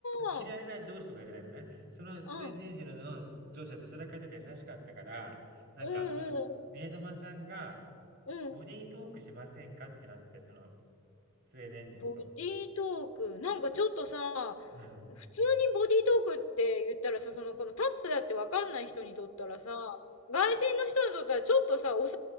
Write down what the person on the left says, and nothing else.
あ。
うん。
うんうん
うん。うん。
ボディートーク。なんかちょっとさ、
普通にボディートークって言ったらさ、その、このタップだってわかんない人にとったらさ、外人の人にとったらちょっとさ、お誘